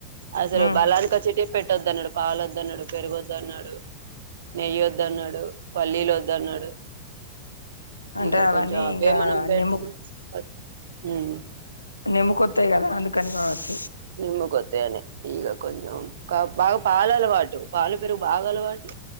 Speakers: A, on the right; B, on the left.
A: అసలు
B: ఉమ్
A: బలానికి వచ్చేటీయి పెట్ ట్ట వద్దన్నాడు పాలద్దన్నాడు పెరుగొద్దన్నాడు నెయ్యి వద్దు అన్నాడు పల్లీలు వద్దన్నాడు
B: అంటే
A: ఇక
B: అవన్నీ
A: కొంచం అవే
B: ఇంకా
A: మనం పెడ్తా
B: నిమ్ము
A: వ ఉమ్
B: నిమ్ముకొత్తాయి కదా అందు కని కావచ్చు
A: నిమ్ముకొత్తేయనే ఈగ కొంచెం బాగా పాలు అలవాటు పాలు పెరుగు బాగా అలవాటు